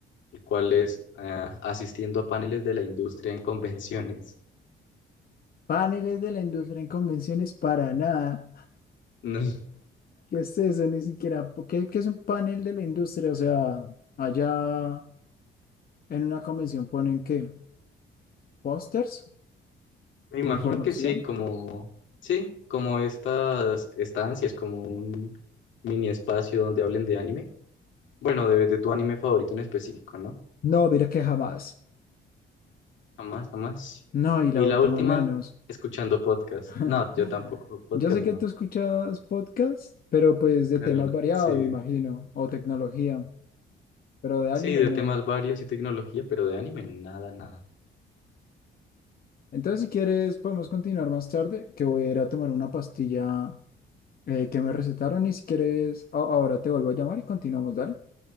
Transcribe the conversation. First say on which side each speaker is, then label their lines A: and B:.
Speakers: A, on the left (about 70°); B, on the left (about 50°).
A: el cual es eh, asistiendo a paneles de la industria en convenciones.
B: paneles de la industria en convenciones, para nada.
A: <laughs> No.
B: ¿Qué es eso? Ni siquiera. ¿Qué, qué es un panel de la industria? O sea, allá en una convención ponen qué? ¿Pósters
A: Me imagino
B: o información?
A: que sí, como, sí, como estas estancias, como un mini espacio donde hablen de anime. Bueno, de, de tu anime favorito en específico, ¿no?
B: No, mira que jamás.
A: Jamás, jamás.
B: No, y
A: Y
B: la
A: la
B: última
A: última,
B: menos.
A: escuchando podcast.
B: <laughs>
A: No, yo tampoco, podcast
B: Yo sé
A: no.
B: que tú escuchas podcasts, pero pues de
A: Pero
B: temas variados,
A: sí,
B: me imagino, o tecnología, pero de anime
A: sí, de
B: no.
A: temas varios y tecnología, pero de anime, nada, nada.
B: Entonces, si quieres, podemos continuar más tarde, que voy a ir a tomar una pastilla eh, que me recetaron y si quieres, a- ahora te vuelvo a llamar y continuamos, dale.